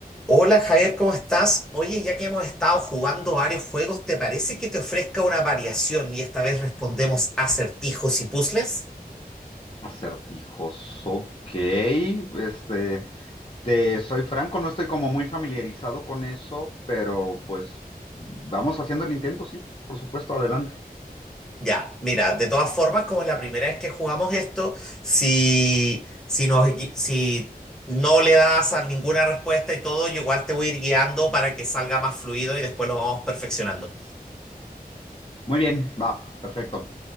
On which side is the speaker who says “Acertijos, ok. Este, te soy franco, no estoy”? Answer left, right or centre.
Left